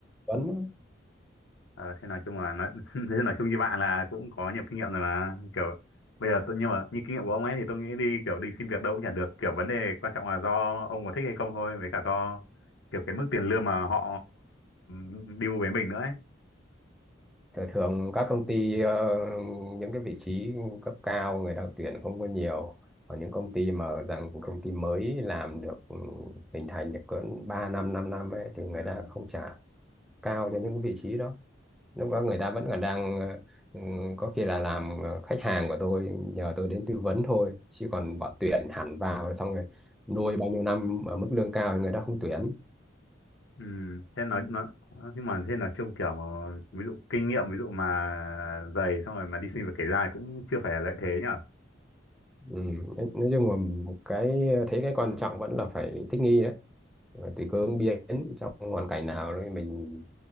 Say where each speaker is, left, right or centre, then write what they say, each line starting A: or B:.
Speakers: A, in the centre; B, on the left.
A: vấn
B: ờ, thế nói chung là nói <laughs> thế nói chung như bạn là cũng có nhiều kinh nghiệm rồi mà kiểu bây giờ tôi nhưng mà như kinh nghiệm của ông ấy thì tôi nghĩ đi kiểu đi xin việc đâu cũng chả được kiểu vấn đề quan trọng là do ông có thích hay không thôi với cả do kiểu cái mức tiền lương mà họ ừ, deal với mình nữa ấy
A: thường các công ty ờ, những cái vị trí cấp cao người ta tuyển không có nhiều còn những công ty mà rằng công ty mới làm được ừ, hình thành được cỡ 3 năm 5 năm ấy, thì người
B: ừ.
A: ta không trả cao cho những cái vị trí đó lúc đó người ta vẫn còn đang ờ, ừ, có khi là làm ờ, khách hàng của tôi nhờ tôi đến tư vấn thôi chứ còn bỏ tuyển hẳn vào xong rồi nuôi bao nhiêu năm ở mức lương cao thì người ta không tuyển
B: Ừ, thế nói nó nhưng mà thế là trông kiểu mà, ví dụ kinh nghiệm ví dụ mà dày xong rồi mà đi xin việc kể ra cũng chưa phải là lợi thế nhở
A: ừ. nói nói chung là cái thấy cái quan trọng vẫn là phải thích nghi đấy Và tùy cơ ứng biến trong hoàn cảnh nào đấy mình